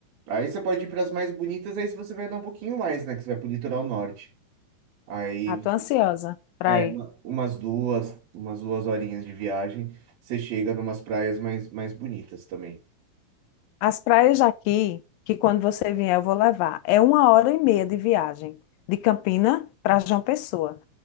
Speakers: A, on the right; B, on the left.
A: Aí você pode ir para as mais bonitas, aí você vai andar um pouquinho mais, né? Que você vai pro litoral norte. Aí
B: Ah, tô ansiosa pra
A: é
B: ir.
A: uma- umas duas, umas duas horinhas de viagem, você chega numas praias mais, mais bonitas também.
B: As praias aqui, que quando você vier eu vou levar, é uma hora e meia de viagem de Campina para João Pessoa.